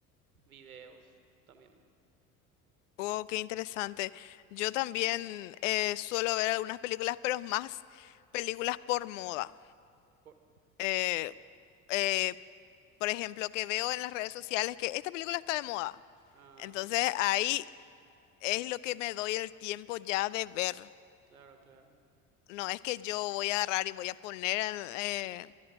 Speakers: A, on the right; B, on the left.
A: videos también.
B: Oh, qué interesante. Yo también eh, suelo ver algunas películas, pero más películas por moda.
A: Por-
B: Eh, eh, por ejemplo, que veo en las redes sociales que esta película está de moda.
A: Ah,
B: Entonces ahí es lo que me doy el tiempo ya de ver.
A: claro, claro.
B: No es que yo voy a agarrar y voy a poner en, eh,